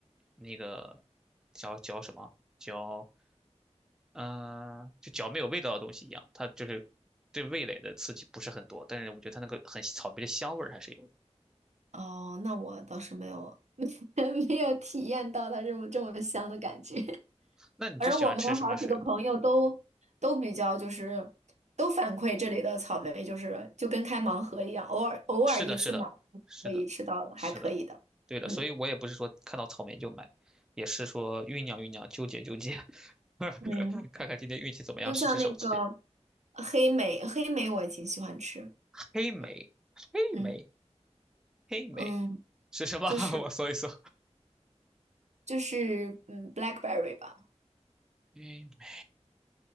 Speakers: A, in the centre; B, on the right.
A: 那个嚼嚼什么嚼，嗯、就嚼没有味道的东西一样，它就是对味蕾的刺激不是很多，但是我觉得它那个很草莓的香味儿还是有的。
B: 哦，那我倒是没有 <laughs> 没有体验到它这么这么香的感觉。
A: 那你最喜欢吃什么水果？
B: 我们好几个朋友都都比较就是都反馈这里的草莓就是就跟开盲盒一样，偶尔偶尔一次买
A: 是的，是的，是的，
B: 可以吃到还可以的。
A: 是的，对的。
B: 嗯
A: 所以我也不是说看到草莓就买，也是说酝酿酝酿，纠结纠结，<laughs>
B: 嗯，
A: 看看今天运气怎么样，
B: 就像那个
A: 试试手气。
B: 黑莓，黑莓我也挺喜欢吃。
A: 黑莓，
B: 嗯
A: 黑莓，
B: 嗯
A: 黑莓
B: 嗯，
A: 是什么？
B: 就是
A: <laughs> 我搜一搜。
B: 就是嗯，blackberry 吧，
A: 黑莓